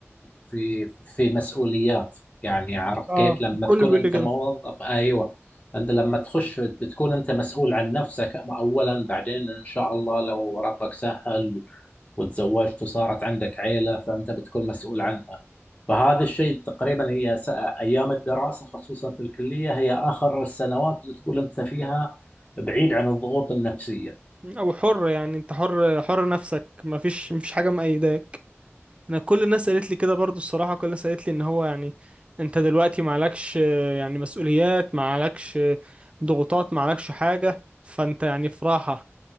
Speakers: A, on the left (about 30°); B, on the right (about 25°).
A: في في مسؤوليات يعني عرفت
B: اه
A: كيف لما
B: الكل
A: تكون
B: بيقول
A: أنت
B: لي كده
A: موظف أيوه أنت لما تخش بتكون أنت مسؤول عن نفسك أولا بعدين إن شاء الله لو ربك سهل وتزوجت وصارت عندك عيلة فأنت بتكون مسؤول عنها فهذا الشيء تقريبا هي س- ايام الدراسه خصوصا في الكليه هي اخر السنوات اللي تقول انت فيها بعيد عن الضغوط النفسيه.
B: او حر يعني انت حر حر نفسك مفيش مفيش حاجة مقيداك انا كل الناس قالت لي كده برضو الصراحه كل الناس قالت لي ان هو يعني انت دلوقتي معلكش آه، يعني مسؤوليات معلكش آه، ضغوطات معلكش حاجه فانت يعني في راحه